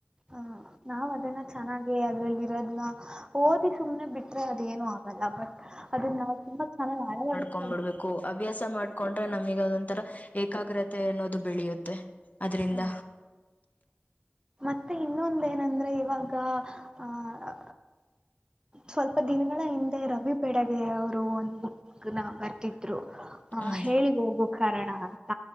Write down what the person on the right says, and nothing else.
ಹ ನಾವ್ ಅದೆಲ್ಲ ಚೆನ್ನಾಗ ಅದ್ರಲ್ಲಿ ಇರೋದ್ ಓದಿ ಸುಮ್ನೆ ಬಿಟ್ರೆ ಅದೇನು ಆಗ್ತ ಬಟ್ ಅದನ್ನ ನಾವು ತುಂಬಾ ಚೆನ್ನಾಗಿ ಆಳವಾಡವಿ
ಆ ಮತ್ತೆ ಇನ್ನೊಂದ ನಂದ್ರೆ ಇವಾಗ ಆಹ ಸ್ವಲ್ಪ ದಿನಗಳ ಹಿಂದೆ ರವಿ ಬೆಡಗೆ ಅವರು ಒಂದ್ ಬುಕ್ ನ ಬರ್ತಿದ್ವಿ ಆ
ಹೇಳಿ ಹೋಗು ಕಾರಣ ಅಂತ